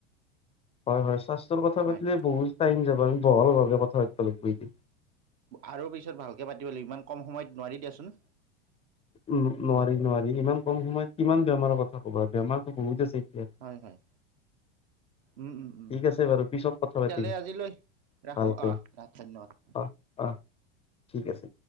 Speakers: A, on the left (about 20°); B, on the right (about 55°).
A: হয় হয় স্বাস্থ্যৰ কথা পাতিলে
B: হয়
A: বহুত টাইম যাব। বহল ভাৱে কথা ৰাখিব লাগিব এটো।
B: আৰু পিছত ভালকে পাতিবলো ইমান কম সময়ত নোৱাৰি দিয়াচোন।
A: উম নোৱাৰি নোৱাৰি ইমান কম সময়ত কিমান বেমাৰৰ কথা কবা বেমাৰো বহুত আছে। এতিয়া
B: হয় হয় উম উম উ
A: ঠিক আছে বাৰু পিছত কথা
B: তেতিয়ালে
A: পাতিম
B: আজিলৈ ৰাখো
A: ভালকে
B: আহ আহ ধন্যবাদ!
A: অ অ ঠিক আছে।